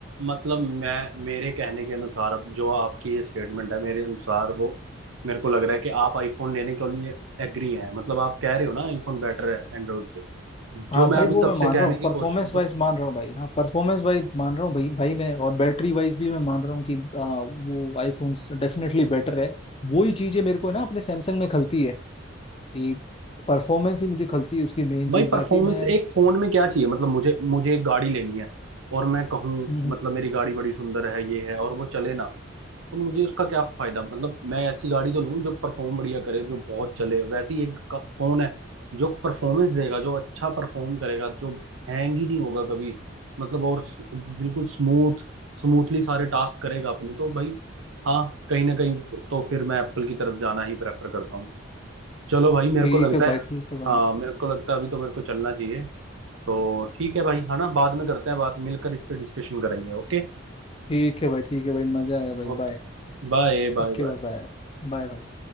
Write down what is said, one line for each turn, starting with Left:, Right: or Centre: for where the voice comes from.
Right: मतलब मैं मेरे कहने के अनुसार अब जो आपकी ये स्टेटमेंट है मेरे अनुसार वो मेरे को लग रहा है कि आप आईफोन लेने के लिए एग्री हैं मतलब आप कह रहे हो ना आईफोन बेटर है एंड्रॉइड से जो
Left: हाँ
Right: मैं
Left: भाई
Right: अभी
Left: वो
Right: तब
Left: मैं मान
Right: से कहने
Left: रहा हूँ
Right: की
Left: परफॉर्मेंस
Right: कोशिश
Left: वाइज मान रहा हूँ भाई हाँ परफॉर्मेंस वाइज मान रहा हूँ भाई भाई मैं और बैटरी वाइज भी मैं मान रहा हूँ कि आ, वो आईफोन डेफिनेटली बेटर है वो ही चीजें मेरे को ना अपने सैमसंग में खलती है कि परफॉर्मेंस ही मुझे खलती है उसकी मेन चीज
Right: भाई
Left: बाकी
Right: परफॉर्मेंस
Left: मैं हम्म,
Right: एक फोन में क्या चाहिए मतलब मुझे मुझे एक गाड़ी लेनी है और मैं कहूँ
Left: हम्म,
Right: मतलब मेरी गाड़ी बड़ी सुंदर है ये है और वो चले ना तो मुझे उसका क्या फायदा मतलब मैं ऐसी गाड़ी तो लूँ जो परफॉर्म बढ़िया करे जो बहुत चले वैसे ही एक का- फोन है जो परफॉर्मेंस देगा जो अच्छा परफॉर्म करेगा जो हैंग ही नहीं होगा कभी मतलब और स- बिल्कुल स्मूथ स्मूथली सारे टास्क करेगा अपने तो भाई हाँ कहीं ना कहीं तो फिर मैं एप्पल की तरफ जाना ही प्रेफर करता हूँ चलो भाई मेरे
Left: ठीक
Right: को लगता
Left: है
Right: है
Left: भाई ठीक है भाई
Right: हाँ मेरे को लगता है अभी तो मेरे को चलना चाहिए तो ठीक है भाई है ना बाद में करते हैं बात मिलकर इस पे डिस्कशन करेंगे okay
Left: ठीक है भाई ठीक है भाई मजा आया भाई
Right: Okay
Left: बाय
Right: bye bye
Left: ओके
Right: bye
Left: भाई बाय बाय भाई।